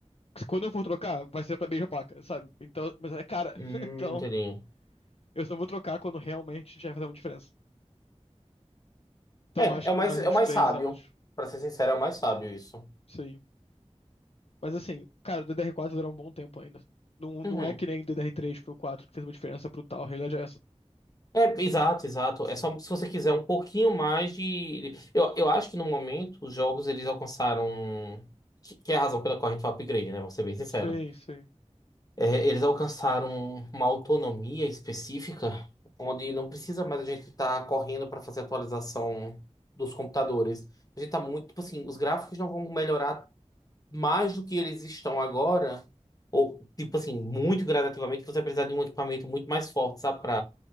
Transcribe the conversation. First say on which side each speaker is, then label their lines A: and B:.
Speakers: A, on the left; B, on the left.
A: que Quando eu for trocar, vai ser pra mesma placa, sabe? Então, mas é cara.
B: Hum,
A: <laughs> Então,
B: entendi.
A: eu só vou trocar quando realmente já vai fazer uma diferença. Então,
B: É,
A: acho
B: é
A: que
B: o mais,
A: mais
B: é
A: uns
B: o mais
A: três
B: sábio.
A: anos.
B: Pra ser sincero, é o mais sábio isso.
A: Sim. Mas assim, cara, o ddr quatro vai durar um bom tempo ainda. Não,
B: Uhum.
A: não é que nem o DDR3 pro 4 que fez uma diferença brutal. A realidade é essa.
B: É, exato, exato. É só se você quiser um pouquinho mais de. Eu, eu acho que no momento os jogos eles alcançaram. Que, que é a razão pela qual a gente faz upgrade, né? Vou ser bem sincero.
A: Sim, sim.
B: É, eles alcançaram uma autonomia específica onde não precisa mais a gente estar correndo para fazer atualização dos computadores. A gente tá muito. Tipo assim, os gráficos não vão melhorar mais do que eles estão agora. Ou, tipo assim, muito gradativamente, você vai precisar de um equipamento muito mais forte, sabe?